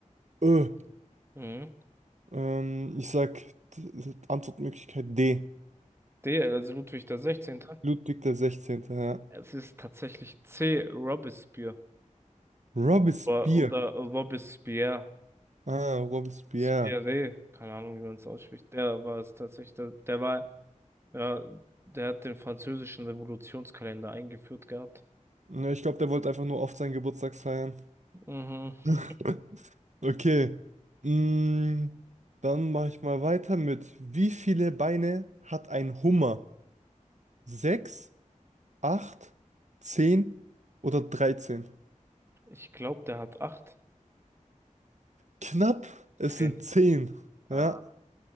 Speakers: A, on the right; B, on the right.
A: Ö,
B: Mhm.
A: ähm, ich sag d- Antwortmöglichkeit D.
B: D. Also Ludwig der Sechzehnte?
A: Ludwig der 16. Ja.
B: Es ist tatsächlich C. Robespierre
A: Robespierre.
B: oder, oder Robespierre.
A: Ah, Robespierre.
B: Spiré, keine Ahnung, wie man es ausspricht. Der war es tatsächlich. Der, der war, ja, der hat den französischen Revolutionskalender eingeführt gehabt.
A: Ja, ich glaube, der wollte einfach nur oft seinen Geburtstag feiern.
B: Mhm. <laughs>
A: <laughs> Okay. Mm, dann mache ich mal weiter mit, wie viele Beine hat ein Hummer? Sechs, acht, zehn oder 13?
B: Ich glaube, der hat acht,
A: Knapp, es
B: zehn.
A: sind zehn.
B: Ah.
A: Ja,